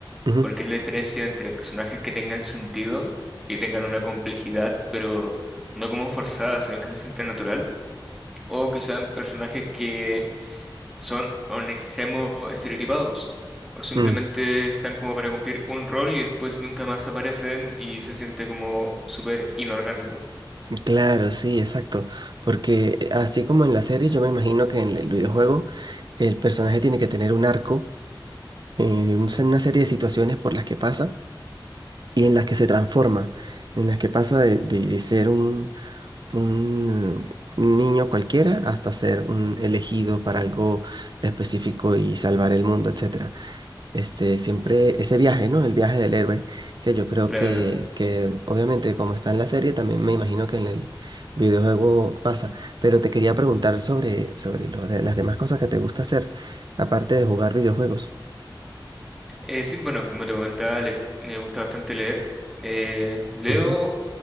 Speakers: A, on the right; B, in the centre.
A: Ujú,
B: porque es la diferencia entre personajes que tengan sentido, que tengan una complejidad, pero no como forzada, sino que se sienta natural, o que sean personajes que son o en extremo estereotipados o simplemente
A: mm,
B: están como para cumplir un rol y después nunca más aparecen y se siente como súper inorgánico.
A: Claro, sí, exacto. Porque así como en la serie, yo me imagino que en el videojuego el personaje tiene que tener un arco, eh, un se- una serie de situaciones por las que pasa y en las que se transforma, en las que pasa de, de- de ser un, un niño cualquiera hasta ser un elegido para algo específico y salvar el mundo, etcétera este, siempre ese viaje, ¿no? El viaje del héroe, que yo creo
B: Claro.
A: que, que obviamente como está en la serie, también me imagino que en el videojuego pasa. Pero te quería preguntar sobre, sobre lo de las demás cosas que te gusta hacer, aparte de jugar videojuegos.
B: Eh, sí, bueno, como te comentaba, le- me gusta bastante leer. Eh, leo,
A: Ujú,